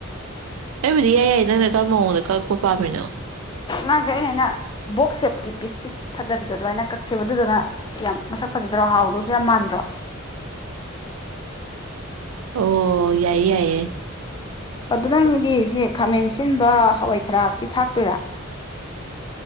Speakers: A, on the right (about 85°); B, on the left (about 20°).
A: ꯑꯩꯕꯨꯗꯤ ꯌꯥꯏ ꯌꯥꯏ ꯅꯪꯅ ꯀꯔꯝꯕ ꯃꯑꯣꯡꯗ ꯀꯛꯄ ꯄꯥꯝꯃꯤꯅꯣ
B: ꯅꯠꯇꯦ ꯑꯩꯅ ꯍꯥꯏꯅ ꯕꯣꯛꯁ ꯁꯦꯞꯀꯤ ꯄꯤꯁ-ꯄꯤꯁ ꯐꯖꯕꯤꯗ ꯑꯗꯨ ꯑꯗꯨꯃꯥꯏꯅ ꯀꯛꯁꯦꯕ ꯗꯨꯗꯨꯅ ꯌꯥꯝ ꯃꯁꯛ ꯐꯖꯗ꯭ꯔꯣ ꯍꯥꯎꯗꯨꯁꯨ ꯌꯥꯝ ꯃꯥꯟꯗ꯭ꯔꯣ
A: ꯑꯣ ꯌꯥꯏꯌꯦ ꯌꯥꯏꯌꯦ
B: ꯑꯗꯣ ꯅꯪꯒꯤꯁꯦ ꯈꯥꯃꯦꯟ ꯁꯤꯟꯕ ꯍꯋꯥꯏ ꯊꯔꯥꯛꯁꯤ ꯊꯥꯛꯇꯣꯏꯔꯥ